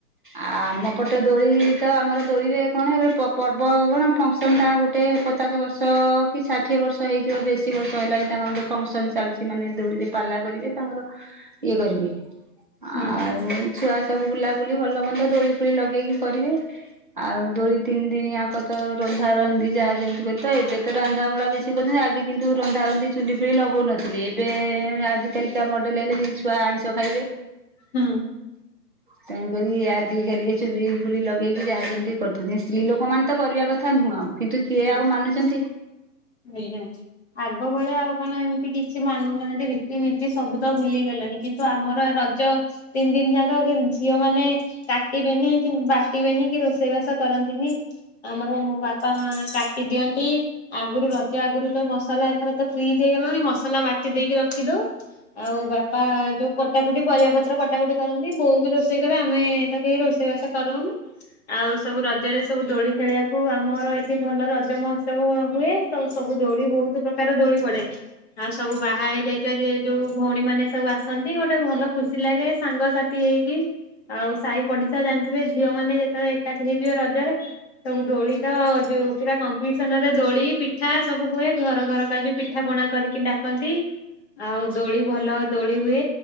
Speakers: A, on the right; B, on the left.
A: ଆଉ ଆମ ପଟେ ଦୋଳି ତ ଆମର ଦୋଳିରେ କଣ ଏ ଗୋଟେ ପର୍ବ କଣ ଫଙ୍କସନ ଟ ଗୋଟେ <unintelligible> ପଚାଶ ବର୍ଷ ଅ କି ଷାଠିଏ ବର୍ଷ ହେଇଯିବ ବେଶୀ ବର୍ଷ ହେଲାଣି ତାଙ୍କର ଗୋଟେ ଫଙ୍କସନ ଚାଲୁଚି ମାନେ ଦୋଳିରେ ପାଲା କରିବେ ତାଙ୍କର ଇଏ କରିବି
B: ହଁ
A: ଆଉ
B: ହଁ
A: ଛୁଆ ସବୁ ବୁଲାବୁଲି ଭଲ ମନ୍ଦ ଦୋଳି ଫୋଳି ଲଗେଇକି କରିବେ। ଆଉ ଦୋଳି ତିନି ଦିନିଆକ ତ ରନ୍ଧା ରନ୍ଧି ଯା ଯେମିତି କରି ତ ଏବେ ତ ରନ୍ଧାବଳା ବେଶୀ କରୁଚନ୍ତି ଆଗେ କିନ୍ତୁ ରନ୍ଧାରନ୍ଧି ଚୁଲି ଫୁଲି ଲଗଉନଥିଲେ ଏବେ ଆଜିିକାଲିକା ମଡେଲ ହେଲେଣି ଏ ଛୁଆ ଆଇଁଷ ଖାଇବେ।
B: ହୁଁ।
A: ତେଣୁକରି ଆଜି କାଲିକେ ଚୁଲି ଫୁଲି ଲଗେଇକି ଯାହା ଯେମିତି କରୁଛନ୍ତି ସ୍ତ୍ରୀ ଲୋକମାନେ ତ କରିବା କଥା। କଥା ନୁହଁ ଆଉ କିନ୍ତୁ କିଏ
B: ଆଜ୍ଞା
A: ଆଉ ମାନୁଛନ୍ତି।
B: ଆଜ୍ଞା ଆଗ ଭଳିଆ ଆଉ କଣ ଏମିତି କିଛି ମାନୁନାହାନ୍ତି। ରୀତି ନୀତି ସବୁ ତ ଭୁଲିଗଲେଣି କିନ୍ତୁ ଆମର ରଜ ତିନି ଦିନ ଯାକ ଝିଅ ମାନେ। କାଟିବେନି କି ବାଟିବେନି କି ରୋଷେଇ ବାସ କରନ୍ତିନି ଆମର ମୋ ବାପା ମା। କାଟି ଦିଅନ୍ତି। ଆଗରୁ ରଜ ଆଗରୁ ତ ମସଲା ଏଥର ତ ଫ୍ରିଜ୍ ହେଇଗଲାଣି ମସଲା ବାଟି ଦେଇକି ରଖିଦଉ। ଆଉ ବାପା ଯୋଉ କଟା କଟି ପରିବା ପତ୍ର କଟା କଟି କରନ୍ତି ବୋଉ ବି ରୋଷେଇ କରେ ଆମେ ତା କେହି ରୋଷେଇବାସ କରୁନି ଆଉ ସବୁ ରଜରେ ସବୁ ଦୋଳି ଖେଳିବାକୁ ଆମର ଏଠୀ। ଭଲ ରଜ ମହୋତ୍ସବ ହୁଏ ତ ସବୁ ଦୋଳି ବହୁତ ପ୍ରକାର ଦୋଳି ପଡେ। ଆଉ ସବୁ ବାହା ହେଇ ଯାଇଥିବା ଯେ ଯୋଉ ଭଉଣୀ ମାନେ ସବୁ ଆସନ୍ତି ଗୋଟେ ଭଲ ଖୁସି ଲାଗେ ସାଙ୍ଗସାଥି ହେଇକି ଆଉ ସାହି ପଡିଶା ଜାଣିଥିବେ ଝିଅ ମାନେ ଯେତେବେଳେ ଏକାଠି ହେଇଯିବେ ରଜରେ ସବୁ ଦୋଳି ତ ଯୋଉ। ପୁରା କମ୍ପିଟିସନ ରେ ଦୋଳି ପିଠା ସବୁ ହୁଏ ଘର ଘର କା ବି ପିଠା ପଣା କରିକ ଡ଼ା ରନ୍ତି ଆଉ ଦୋଳି ଭଲ ଦୋଳି ହୁଏ।